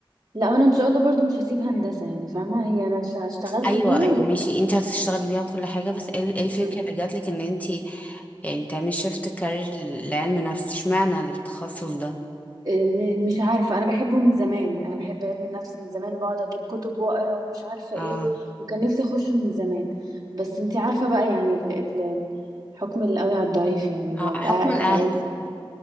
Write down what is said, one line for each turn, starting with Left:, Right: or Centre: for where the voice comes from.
Right: لا انا ان شاء الله برضو مش هسيب هندسة يعني فاهمة هي انا ش- اشتغلت
Left: ايوه
Right: بيها
Left: ايوه
Right: ولسه
Left: ماشي انتي هتشتغلي بيها كل حاجة بس ايه ايه الفكرة
Right: م-
Left: اللي جاتلك ان انتي يعني تعملي شيفت كارير لعلم نفس اشمعنى التخصص ده؟
Right: م- مش عارفة انا بحبه من زمان يعني، انا بحب علم النفس من زمان وبقعد اجيب كتب واقرا ومش عارفة
Left: اه
Right: ايه و... وكان نفسي اخشه من زمان بس انتي عارفة بقى يعني ال... ال... ال- الحكم القوي على الضعيف يعني بقى
Left: اه
Right: الأقل-
Left: حكم الاهل
Right: العيال-